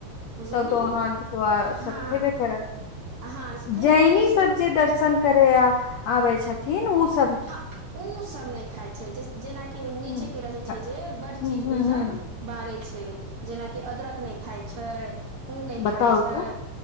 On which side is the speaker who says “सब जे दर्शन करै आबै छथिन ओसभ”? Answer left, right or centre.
Left